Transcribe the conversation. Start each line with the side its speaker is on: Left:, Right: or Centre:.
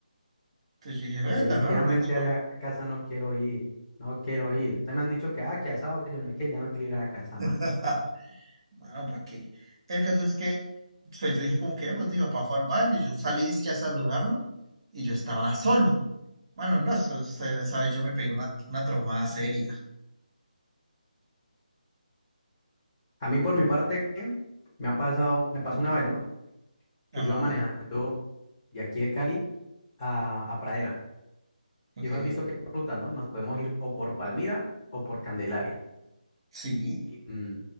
Right: Entonces yo dije, ve,
Left: definitivamente
Right: tan raro, de pronto iba,
Left: allá a casa no quiero ir, no quiero ir. Ustedes me han dicho que, ah, que asado, que yo no sé qué, ya no quiero ir a casa, mano.
Right: <laughs> bueno, ¿para qué? El caso es que pues, yo dije como que de pronto mi papá fue al baño y yo salí dizque a saludarlo y yo estaba solo. Bueno, no, eso- esa esa vez yo me pegué una, una traumada seria.
Left: A mí por mi parte me ha pasado,
Right: Ujú.
Left: me pasó una vez, ¿no? Que
Right: Ajá,
Left: yo iba manejando de aquí de Cali a, a Pradera.
Right: ok,
Left: Y vos has visto que hay ruta, ¿no? Nos podemos ir o por Palmira o por Candelaria.
Right: sí.
Left: Mm,